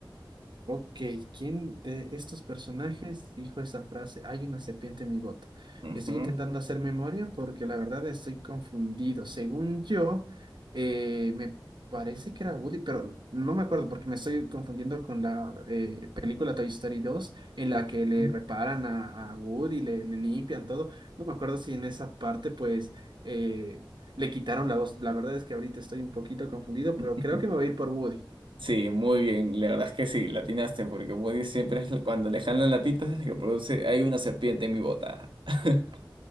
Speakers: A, on the right; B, on the right.
A: Ok, ¿quién de estos personajes dijo esa frase? Hay una serpiente en mi bota.
B: Ujú.
A: Estoy intentando hacer memoria porque la verdad estoy confundido. Según yo, eh, me parece que era Woody, pero no me acuerdo porque me estoy confundiendo con la eh, película Toy Story dos en la que le
B: <laughs>
A: reparan a, a Woody, le, le limpian todo. No me acuerdo si en esa parte pues eh, le quitaron la voz. La verdad es que ahorita estoy un poquito confundido,
B: Ujú.
A: pero creo que me voy a ir por Woody.
B: Sí, muy bien, la verdad es que sí, la atinaste porque Woody siempre es la- cuando le jalan la pita es el que produce hay una serpiente en mi bota. <laughs>